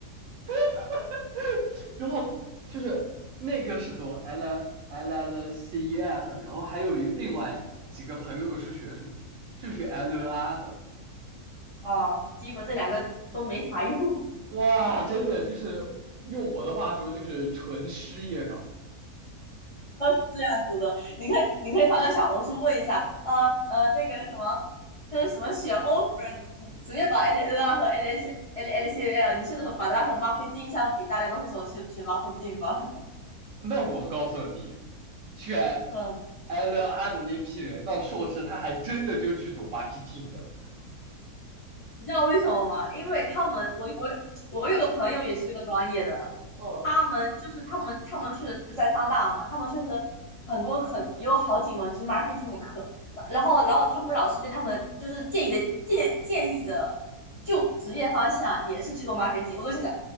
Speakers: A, on the right; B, on the left.
A: <laughs> 然后就是那个是读 L L L C E F，然后还有一个另外几个朋友是学什么，是学 L E R 的。
B: 啊，基本这两个都没啥用。
A: 哇，真的就是用我的话说就是纯失业岗。
B: 是这样子的，你可以你可以发个小红书问一下，呃呃，那个什么，就是什么选 offer，你直接把 L N 啊和 L S L L C L，你甚至和把它和 marketing 相比，大家都会说我去学 marketing 吧。
A: 那我告诉你，选
B: <laughs> 嗯，
A: L E R 的那批人到硕士，他还真的就去读 marketing 了。
B: 你知道为什么吗？因为他们，我我我有个朋友也是这个专业的，
A: 哦，
B: 他们就是他们，他们去实就在上大嘛，他们确实很多很也有好几门就是 marketing 的课，然后然后他们老师对他们就是建议的建建议的就职业方向也是去做 marketing，我都想想，